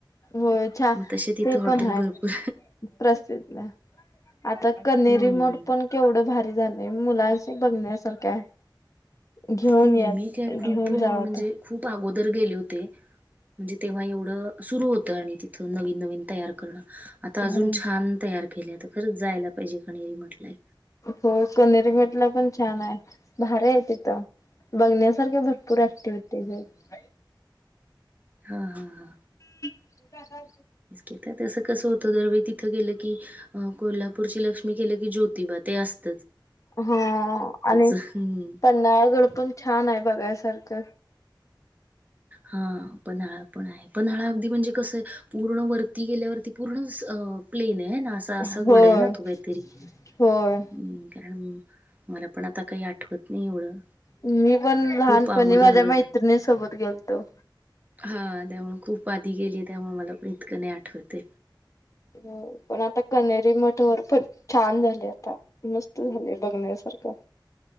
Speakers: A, on the left; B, on the right.
A: हो छान
B: मग तसे तिथं
A: ते
B: हॉटेल
A: पण ह
B: भरपूर
A: प्रसिद्ध आता कनेरी
B: हम्म.
A: मठ पण केवढं भारी झालंय मुलांच बघण्यासारखं आहे घेऊन
B: हो
A: या
B: हो मी काय
A: घेऊन
B: खूप म्हणजे
A: जावा आता
B: खूप अगोदर गेले होते म्हणजे तेव्हा एवढं सुरु होत आणि तिथ नवीन नवीन तयार करणं आता अजून
A: हम्म
B: छान तयार केले खरंच जायला पाहिजे कनेरी मठला म्हटलंय
A: हो कनेरी मटला पण छान आहे भार आहे तिथं बघण्यासारख्या भरपूर पूरा क्टिविटीज आहेत
B: हा हा हा
A: का
B: इथे कसं असतं की कोल्हापूरची लक्ष्मी केलं की ज्योतिबा ते असत
A: हा आणि
B: हम्म.
A: पन्हाळगड पण छान आहे बघायसारखं
B: हा पन्हाळा पण आहे पन्हाळा अगदी म्हणजे कसं पूर्ण वरती गेल्यावरती पूर्ण प्लेन आहे असं
A: होय
B: असं घड आहे ना तू काहीतरी्
A: होय.
B: कारण मला पण आता काही आठवत नाही एवढं
A: मी पण लहानपणी
B: खूप अगोदर
A: माझ्या मैत्रिणी सोबत गेलतो
B: हा त्यामुळे खूप आधी गेली त्यामुळे मला पण इतकं नाही आठवते
A: हो पण आता कनेरी मठ वर पण छान झाले आता मस्त झाले बघण्यासारखं